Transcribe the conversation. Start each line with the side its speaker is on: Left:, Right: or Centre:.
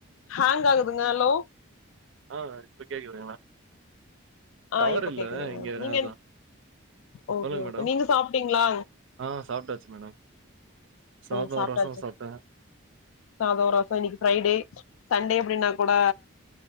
Left: ஹேங் ஆகுதுங்க ஹலோ
Right: ஆ இப்ப கேக்குதுங்ளா
Left: ஆ
Right: டவர்
Left: இப்ப
Right: இல்ல
Left: கேக்குதுங்க
Right: இங்க
Left: நீங்க
Right: அதா
Left: ஓகே
Right: சொல்லுங்
Left: ஓகே
Right: மேடம்
Left: நீங்க சாப்ட்டீங்களா
Right: ஆ சாப்ட்டாச்சு மேடம் சாதோ
Left: ஓ சாப்ட்டாச்சு
Right: ரசோ சாப்ட்ட
Left: சாதோ ரச இன்னைக்கு ஃப்ரைடே சண்டே அப்டின்னா கூட